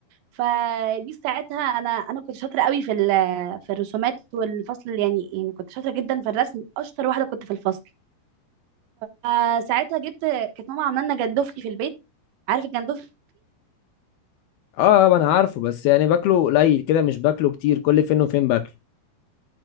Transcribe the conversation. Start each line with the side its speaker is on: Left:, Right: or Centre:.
Right: فدي ساعتها انا انا كنت شاطره قوي في ال... في الرسومات والفصل يعني يعني كنت شاطره جدا في الرسم اشطر واحده كنت في الفصل فساعتها جبت كانت ماما عامله لنا جندفلي في البيت عارف الجندفلي
Left: اه آه، انا عارفه بس يعني باكله قليل كده مش باكله كتير كل فين وفين باكله